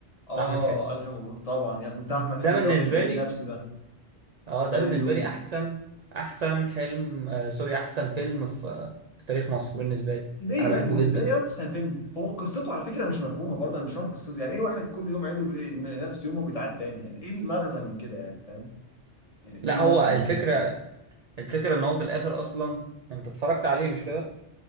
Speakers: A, on the left; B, on the right.
A: اه
B: بتاع احمد حلمي
A: الف مبروك طبعا يا ابني بتاع
B: ده
A: احمد حلمي
B: بالنسبه
A: اللي هو كان بعيد
B: لي
A: نفسه ده
B: اه
A: بعيد
B: ده بالنسبه
A: اليوم
B: لي احسن احسن حلم آه سوري احسن فيلم في آه، في تاريخ مصر بالنسبه لي
A: ليه
B: انا
A: يا
B: بحبه
A: ابني
B: جدا
A: ازاي احسن فيلم هو قصته على فكره مش مفهومه برضه انا مش فاهم قصته يعني ايه واحد كل يوم عيده بي... نفس يومه بيتعاد تاني يعني ايه المغزى من كده يعني فاهم يعني
B: لا
A: ايه المغزى
B: هو الفكره
A: من كده برضه
B: الفكره ان هو في الاخر اصلا انت اتفرجت عليه مش كده